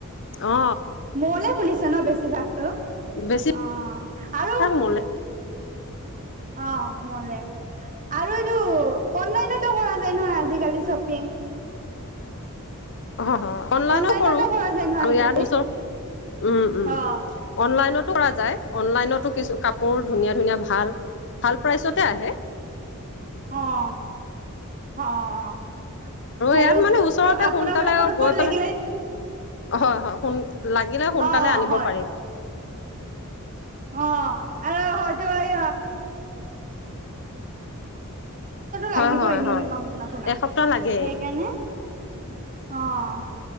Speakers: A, on the left; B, on the right.
A: অ
B: মলে খুলিছে ন বেছিভাগতো অ'
A: বেছিভাগ
B: আৰু।
A: মলে
B: অ' মলে আৰু এইটো অনলাইনতো কৰা যায় নহয় আজিকালি শ্বপিং।।
A: <unintelligible> হয় অনলাইনো
B: অনলাইনতো
A: কৰো
B: কৰা যায় নহয়
A: আমি
B: আজিকালি
A: ইয়াত ওচৰ উ'ম উ'ম
B: অ
A: অনলাইনত অনলাইনতো কিছু কাপোৰ ধুনীয়া ধুনীয়া ভাল, ভাল প্ৰাইচতে আহে।
B: অ' অ' অ' আৰু
A: ইয়াত মানে ওচৰতে
B: ত আপোনাক
A: সোনকালে
B: মানে ফটোত
A: গৈ
B: কৰি
A: পেলাই
B: লাগিলে।
A: হয়, হয় সোন লাগিলে সোনকালে
B: অ অ
A: আনিব
B: হয়
A: পাৰি।
B: অ' আৰু হয়তো এই লাগিবই
A: হয় হয়
B: মিনিমাম
A: হয়
B: আপোনাক
A: এসপ্তাহ
B: সেইকাৰণে
A: লাগেই
B: অ'